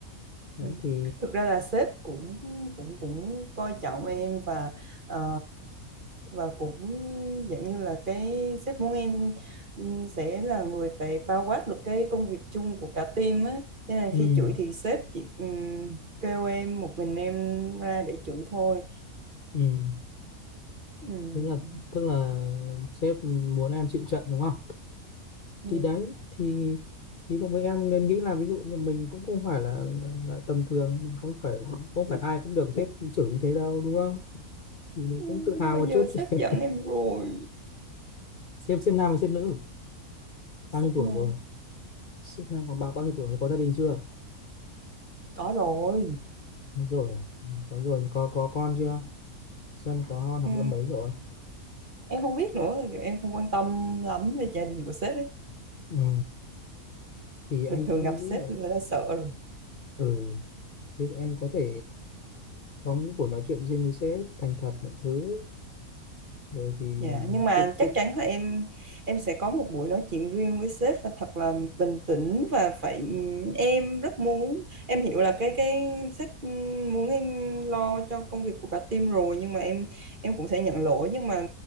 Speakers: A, on the left; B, on the right.
A: Đấy
B: Ừ.
A: thì
B: Thực ra là sếp cũng cũng cũng coi trọng em và ờ, và cũng dạng như là cái sếp muốn em ừ, sẽ là người phải bao quát được cái công việc chung của cả team á cho nên là
A: ừ
B: khi chửi thì sếp chỉ ừ, kêu em một mình em ra để chửi thôi
A: ừ
B: ừ
A: tức là tức là sếp muốn em chịu trận đúng không?
B: ừ
A: thì đấy thì thì đồng với em nên nghĩ là ví dụ như mình cũng không phải là, là, là tầm thường không phải không phải ai cũng được sếp chửi như thế đâu đúng không Thì mình
B: Ừ,
A: cũng tự
B: nhưng
A: hào
B: mà
A: một
B: giờ
A: chút chứ.
B: sếp giận em rồi
A: <laughs> xem xem nam và xem nữ
B: sếp
A: bao nhiêu tuổi
B: này
A: rồi sếp nam còn bao bao nhiêu tuổi có gia đình chưa
B: có rồi
A: đúng rồi Ừ, đúng rồi có có con chưa xem có con học
B: ừ,
A: lớp mấy rồi
B: em không biết nữa giờ em không quan tâm lắm về gia đình của sếp ấy
A: ừ. thì anh
B: bình thường
A: anh
B: gặp
A: nghĩ
B: sếp
A: là
B: là đã sợ rồi
A: ừ thế thì em có thể có những buổi nói chuyện riêng với sếp thành thật mọi thứ rồi thì
B: Dạ, nhưng mà
A: kết kết
B: chắc chắn là em em sẽ có một buổi nói chuyện riêng với sếp và thật là bình tĩnh và phải em rất muốn em hiểu là cái cái sếp muốn em lo cho công việc của cả team rồi nhưng mà em em cũng sẽ nhận lỗi nhưng mà